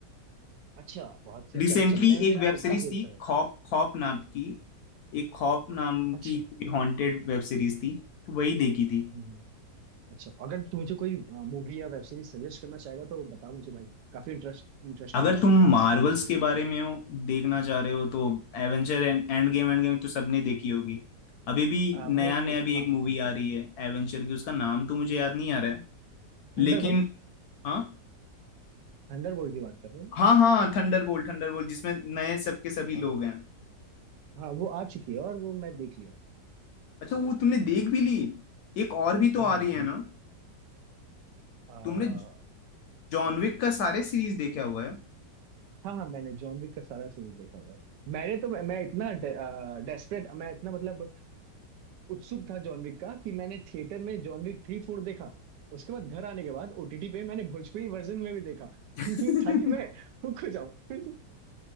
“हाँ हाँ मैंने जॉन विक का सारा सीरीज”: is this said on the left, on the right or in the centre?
Right